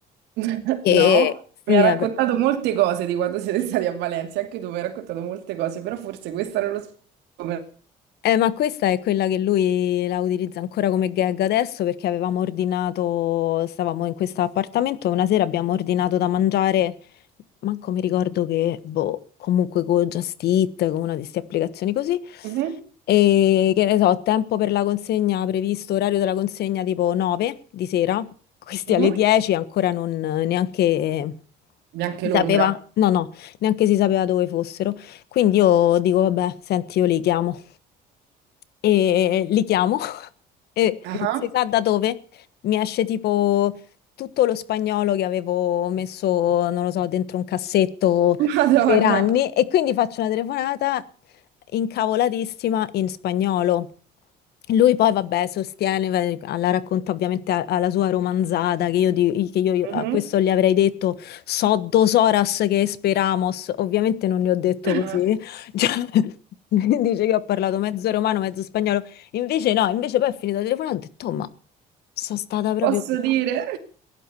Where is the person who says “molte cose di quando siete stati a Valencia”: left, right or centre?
Right